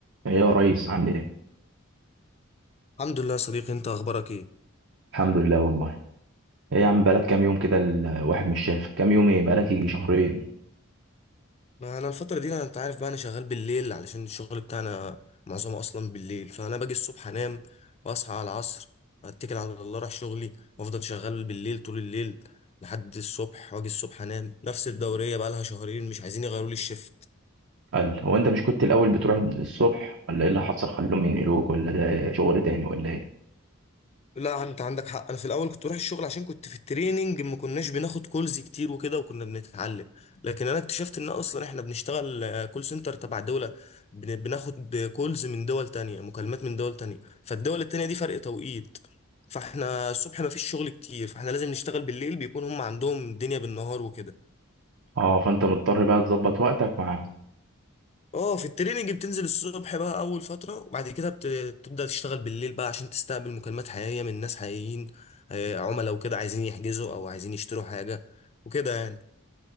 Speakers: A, on the right; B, on the left.
A: ايه يا ريس عامل ايه
B: الحمد لله يا صديقي انت اخبارك ايه
A: الحمد لله والله ايه يا عم بقالك كام يوم كده الواحد مش شايفك كام يوم ايه بقالك يجي شهرين
B: ما انا الفتره دي انا انت عارف بقى انا شغال بالليل علشان الشغل بتاعنا معظمه اصلا بالليل فانا باجي الصبح انام واصحى على العصر اتكل على الله اروح شغلي وافضل شغال بالليل طول الليل لحد الصبح واجي الصبح انام نفس الدوريه بقى لها شهرين مش عايزين يغيروا لي الشفت
A: قال هو انت مش كنت الاول بتروح الصبح ولا ايه اللي حصل خلوهم ينقلوك ولا ده شغل تاني ولا ايه
B: لا انت عندك حق انا في الاول كنت بروح الشغل عشان كنت في التريننج ما كناش بناخد كولز كتير وكده وكنا بنتعلم لكن انا اكتشفت ان اصلا احنا بنشتغل آه، كول سنتر تبع دولة بن- بناخد كولز من دول تانية مكالمات من دول تانية فالدول التانية دي فرق توقيت فاحنا الصبح ما فيش شغل كتير فاحنا لازم نشتغل بالليل بيكون هم عندهم الدنيا بالنهار وكده
A: اه فانت مضطر بقى تظبط وقتك مع
B: اه في التريننج بتنزل الصبح بقى اول فتره وبعد كده بت- بتبدا تشتغل بالليل بقى عشان تستقبل مكالمات حقيقيه من ناس حقيقيين آه، عملاء وكده عايزين يحجزوا او عايزين يشتروا حاجه وكده يعني